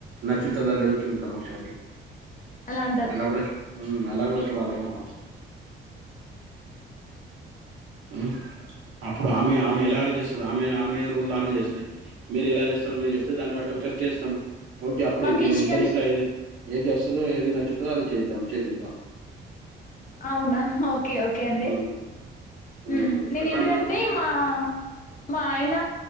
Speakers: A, on the right; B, on the left.
A: నచ్చుతదా లేదా చూద్దాం ఒకసారి
B: అలా అంట
A: అలాకూడా చూ వ్మ్ అలా కూడా చూడాలిగ మేడం వ్మ్ అప్పుడు ఆమె ఆమె ఎలా ఆలోచిస్తది ఆమె ఆమె రూల్లొ ఆమె చేస్తది. మీరు ఎలా చేస్తారు మీరు చెప్తే దాన్ని బట్టి ఒకసారి చేస్తాం ఓకే అప్పుడుద్దె
B: కేజీ చికెన్
A: ఇద్దరు ఇట్లా ఏది ఏది వస్తదో ఏది నచ్చుతుదో అది చేయిద్దాం చేపిద్దాం
B: అవునా ఓకే ఓకే అండి
A: ఉమ్ ఉమ్
B: వ్మ్ నేను
A: చెప్పండి
B: ఏంటిదంటే
A: మేడం కొంచెం
B: మా మా ఆయన